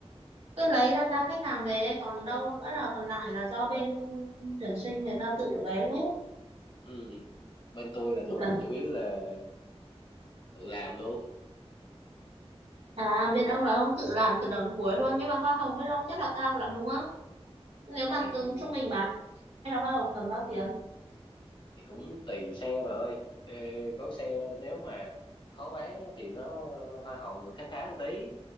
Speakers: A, on the right (about 75°); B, on the left (about 50°).
A: cứ lấy data khách hàng về còn đâu nữa là còn lại là do bên tuyển sinh người ta tự lấy đấy
B: ừ. bên tôi là
A: chỉ
B: thường
A: cần
B: chủ yếu là tự làm luôn
A: à bên ông là ông tự làm từ đầu đến cuối luôn nhưng mà hoa hồng bên ông chắc là cao lắm đúng không nếu mà
B: thì
A: tương trung bình bán hay là hoa hồng tầm bao tiền
B: thì cũng tùy xe bà ơi Ê, có xe nếu mà khó bán á, thì nó hoa hồng được khá khá một tí